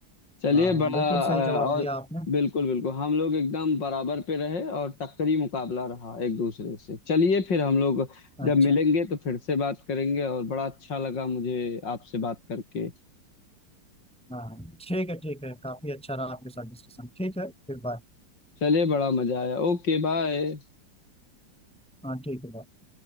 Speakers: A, on the left; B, in the centre.
A: चलिए
B: हाँ
A: बड़ा
B: बिल्कुल
A: अ,
B: सही जवाब
A: और
B: दिया आपने
A: बिल्कुल बिल्कुल हम लोग एकदम बराबर पे रहे और टक्करी मुकाबला रहा एक दूसरे से चलिए फिर हम लोग जब
B: अच्छा
A: मिलेंगे तो फिर से बात करेंगे और बड़ा अच्छा लगा मुझे आपसे बात करके
B: हाँ ठीक है ठीक है काफी अच्छा रहा आपके साथ डिस्कशन ठीक है फिर बाय
A: चलिए बड़ा मजा आया Okay bye
B: हाँ ठीक है bye।